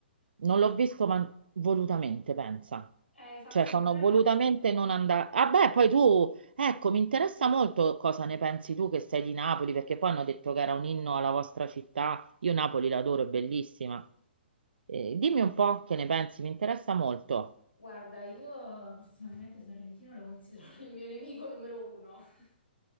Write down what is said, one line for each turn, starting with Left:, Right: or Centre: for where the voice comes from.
Right: Non l'ho visto, ma volutamente, pensa.
Left: Eh, Hai fatto
Right: Cioè, sono
Left: bene?
Right: volutamente non andare. Ah, beh, poi tu, ecco, mi interessa molto cosa ne pensi tu che sei di Napoli, perché poi hanno detto che era un inno alla vostra città. Io Napoli l'adoro, è bellissima. Eh, dimmi un po' che ne pensi, mi interessa molto.
Left: Guarda, io personalmente Sorrentino lo considero <laughs> il mio nemico numero uno. <laughs>